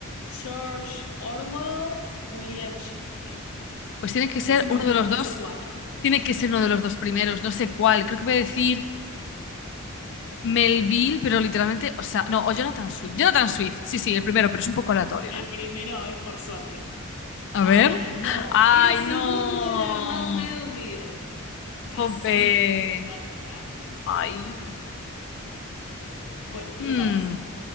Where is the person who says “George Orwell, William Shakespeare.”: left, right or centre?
Left